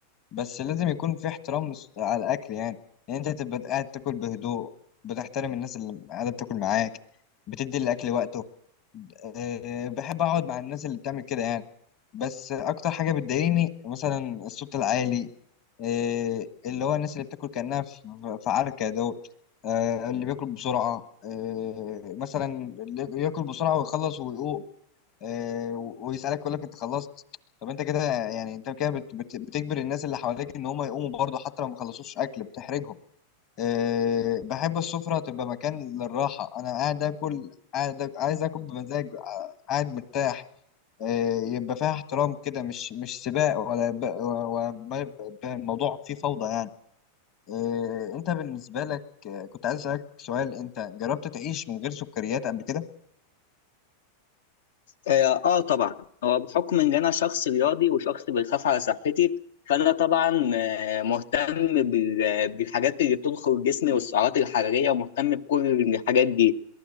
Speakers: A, on the left (about 45°); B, on the left (about 85°).
A: بس لازم يكون في احترام لس- على الاكل يعني ان انت تبقى قاعد تاكل بهدوء بتحترم الناس اللي قاعده بتاكل معاك بتدي الاكل وقته آه، بحب اقعد مع الناس اللي بتعمل كده يعني بس اكتر حاجه بتضايقني مثلا الصوت العالي آه، اللي هو الناس اللي بتاكل كانها في في عركه دول آه، اللي بياكل بسرعه آه، مثلا اللي ياكل بسرعه ويخلص ويقوم آه، ويسالك يقول لك انت خلصت طب انت كده يعني انت كده بت- بت- بتجبر الناس اللي حواليك ان هم يقوموا برضه حتى لو ما خلصوش اكل بتحرجهم أه بحب السفره تبقى مكان للراحه انا قاعد اكل قاعد عايز اكل بمزاج قاعد مرتاح آه، يبقى فيها احترام كده مش مش سباق ولا ب... ولا ما يبقى الموضوع فيه فوضى يعني آه، انت بالنسبة لك آه، كنت عايز اسألك سؤال انت جربت تعيش من غير سكريات قبل كده؟
B: آه, آه طبعا هو بحكم إن أنا شخص رياضي وشخص بيخاف على صحتي فأنا طبعا آه، مهتم بال- بالحاجات اللي بتدخل جسمي والسعرات الحرارية ومهتم بكل الحاجات دي